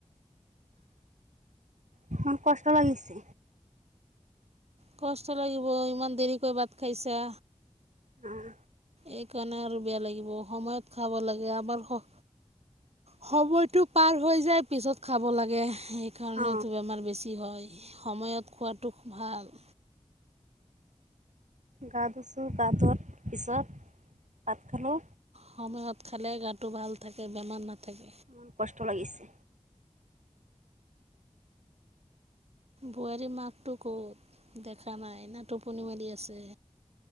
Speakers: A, on the right; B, on the right.
A: ইমান কষ্ট লাগিছে
B: কষ্ট লাগিব, ইমান দেৰিকৈ ভাত খাইছা
A: অহ
B: এই কাৰণে আৰু বেয়া লাগিব, সময়ত খাব লাগে আমাৰ স সময়টো পাৰ হৈ যায় পিছত খাব লাগে। সেইকাৰণে
A: অ
B: এটো বেমাৰ বেছি হয় সময়ত খোৱাটো ভাল
A: গা ধুইছোঁ গা ধোৱাৰ পিছত ভাত খালোঁ।
B: সময়ত খালে গাটো ভাল থাকে বেমাৰ নাথাক
A: উম কষ্ট লাগিছে
B: বোৱাৰীৰ মাকটো ক'ত? দেখা নাই না টোপনি মাৰি আছে।